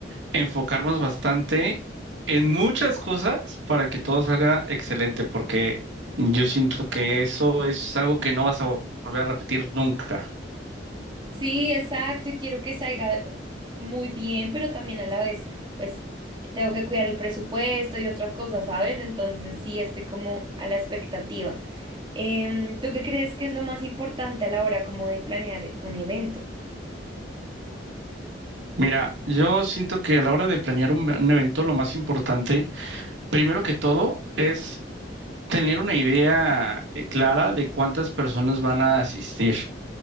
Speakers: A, on the right; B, on the right.
A: enfocarnos bastante en muchas cosas para que todo salga excelente, porque yo siento que eso es algo que no vas a vol- volver a repetir nunca.
B: Sí, exacto, y quiero que salga muy bien, pero también a la vez, pues tengo que cuidar el presupuesto y otras cosas, ¿sabes? Entonces sí, estoy como a la expectativa. Em, ¿tú qué crees que es lo más importante a la hora como de planear un evento?
A: Mira, yo siento que a la hora de planear un, un evento, lo más importante, primero que todo, es tener una idea eh, clara de cuántas personas van a asistir.